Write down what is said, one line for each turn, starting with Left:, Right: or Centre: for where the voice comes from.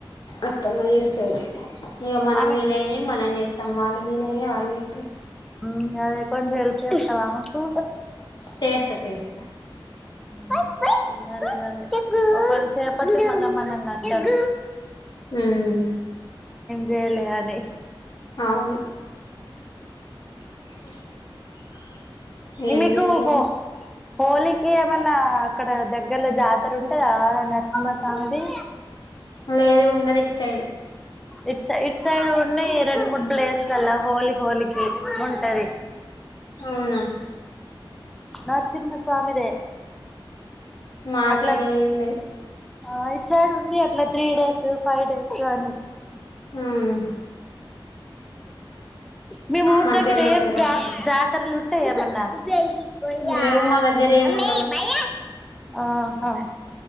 Left: అత్తమ్మ చేస్తాది హ్ ఇగ మనం
Centre: ఆమె
Left: వీలైనవి మనం చేస్ సం వాళ్లు వీలైన వాళ్ళు చేతరు
Centre: ఉమ్ అదే కొంచెం హెల్ప్ చెప్తావా ఆమెకు
Left: చేస్తా చేస్తా
Centre: పై చూడాలి గదా ఒకవేళ చేయకపోతే మళ్ళ మనల్ని అంటారు
Left: ఉమ్
Centre: జేయాలే అని
Left: అవును <unintelligible>
Centre: ఈ మీకు
Left: చేయలే
Centre: హో హోలీ కి ఏమన్నా అక్కడ దగ్గర్ లో జాతర ఉంటదా నరసింహస్వామిది
Left: లేదు ఉండదు ఇటు సైడు
Centre: ఇట్ స ఇట్ సైడ్ ఉన్నాయి రెండు మూడు ప్లేసులల్ల హోలి హోలికి ఉంటది
Left: అవునా
Centre: నరసింహస్వామిదే
Left: మాకే
Centre: అట్లా
Left: లే ఎం లేద్
Centre: ఆ ఇట్ సైడ్ ఉంది అట్లా త్రీ డేస్ ఫైవ్ డేస్ అని
Left: అవునా
Centre: మీ ఊరి
Left: మంచిగానే
Centre: దగ్గర
Left: ఉంటాయి
Centre: ఏం
Left: కావచ్చు
Centre: జాత్ జాతర ఆల్ ఉంటాయా ఏమన్నా భై అ
Left: లేవు మా దగ్గర ఏముండవు
Centre: అమ్మి భై అ ఆహా